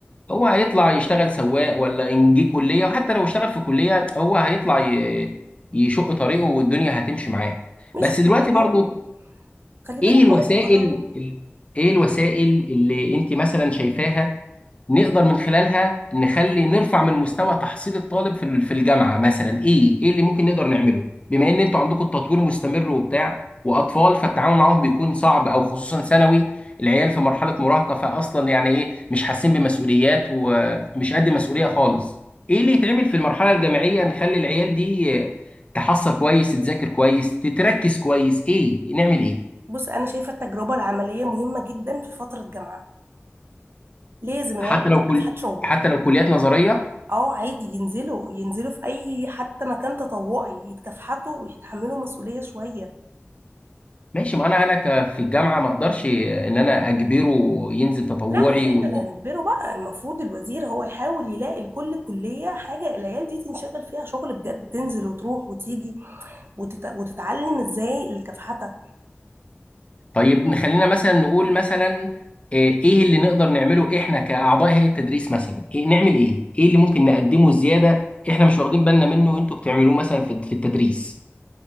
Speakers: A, on the left (about 30°); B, on the right (about 60°).
A: هو هيطلع يشتغل سواق ولا إن جه كلية وحتى لو اشتغل في كلية هو هيطلع ي... يشق طريقه والدنيا هتمشي معاه
B: مش
A: بس
B: مكرهون
A: دلوقتي برضه
B: خلي بالك
A: إيه الوسائل
B: هو مكرهون
A: ال- إيه الوسائل اللي أنت مثلا شايفاها نقدر من خلالها نخلي نرفع من مستوى تحصيل الطالب في ال- في الجامعه مثلا ايه ايه اللي ممكن نقدر نعمله بما ان انتوا عندكم التطوير مستمر وبتاع واطفال فالتعامل معاهم بيكون صعب او خصوصا ثانوي العيال في مرحله مراهقه فاصلا يعني ايه مش حاسين بمسؤوليات ومش قد مسؤوليه خالص ايه اللي يتعمل في المرحله الجامعيه نخلي العيال دي تحصل كويس تذاكر كويس تتركز كويس ايه نعمل ايه
B: بص انا شايفه التجربه العمليه مهمه جدا في فتره جامعه لازم العيال
A: حتى لو
B: دي تتكافحت
A: كل
B: شغل
A: حتى لو كليات نظريه
B: اه عادي ينزلوا ينزلوا في اي حتى مكان تطوعي يتكافحتوا ويتحملوا مسؤوليه شويه
A: ماشي ما انا انا ك- في الجامعه ما اقدرش ان انا اجبره ينزل تطوعي
B: لا مش احنا
A: و...
B: اللي هنجبره بقى المفروض الوزير هو يحاول يلاقي لكل كلية حاجة العيال دي تنشغل فيها شغل بجد تنزل وتروح وتيجي وتت... وتتعلم ازاي الكفحتة
A: طيب نخلينا مثلا نقول مثلا إيه إيه اللي نقدر نعمله احنا كاعضاء هيئه التدريس مثلا إيه نعمل ايه ايه اللي ممكن نقدمه زياده احنا مش واخدين بالنا منه انتوا بتعملوه مثلا في في التدريس